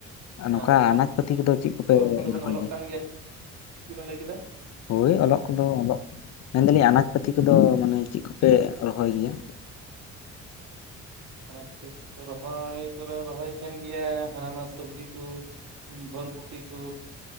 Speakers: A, on the left; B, on the right.
A: ᱱᱚᱝᱠᱟ
B: ᱟᱨ
A: ᱟᱱᱟᱡ ᱯᱟᱛᱤ ᱠᱚᱫᱚ ᱪᱮᱫ ᱠᱚᱯᱮ
B: ᱚᱞᱚᱜ ᱠᱚᱫᱚ ᱵᱮᱱ
A: ᱨᱚᱦᱚᱭ
B: ᱚᱞᱚᱜ
A: ᱜᱮᱭᱟ
B: ᱠᱟᱱ
A: ᱾
B: ᱪᱮᱫ ᱵᱮᱱ ᱞᱟᱹᱭ ᱠᱮᱫᱟ
A: ᱦᱳᱭ ᱚᱞᱚᱜ ᱠᱚᱫᱚ ᱚᱞᱚᱜ, ᱢᱮᱱᱫᱟᱞᱤᱧ ᱟᱱᱟᱡ ᱯᱟᱹᱛᱤ ᱠᱚᱫᱚ ᱢᱟᱱᱮ ᱪᱮᱫ ᱠᱚᱯᱮ ᱨᱚᱦᱚᱭ ᱜᱮᱭᱟ?
B: ᱚᱱᱟ ᱠᱷᱟᱹᱛᱤᱨ ᱨᱚᱦᱚᱭ ᱫᱚᱞᱮ ᱨᱚᱦᱚᱭ ᱛᱟᱦᱮᱱ ᱜᱮᱭᱟ ᱦᱟᱱᱟ ᱱᱟᱣᱟ ᱥᱚᱵᱡᱤ ᱠᱚ ᱾ ᱵᱚᱨᱵᱚᱴᱤ ᱠᱚ,